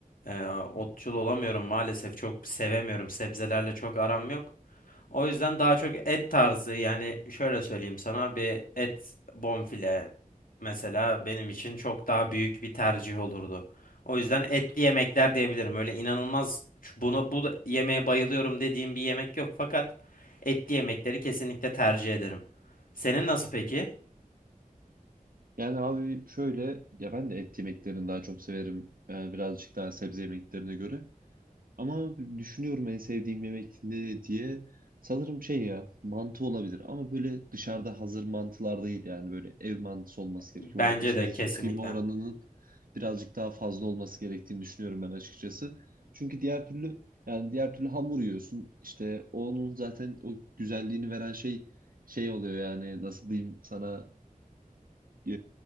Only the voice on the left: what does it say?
Ee, otçul olamıyorum maalesef çok sevemiyorum sebzelerle çok aram yok. O yüzden daha çok et tarzı yani şöyle söyleyeyim sana bir et bonfile mesela benim için çok daha büyük bir tercih olurdu. O yüzden etli yemekler diyebilirim. Öyle inanılmaz ç- buna bu da- yemeğe bayılıyorum dediğim bir yemek yok fakat etli yemekleri kesinlikle tercih ederim. Senin nasıl peki?
Bence
de kesinlikle.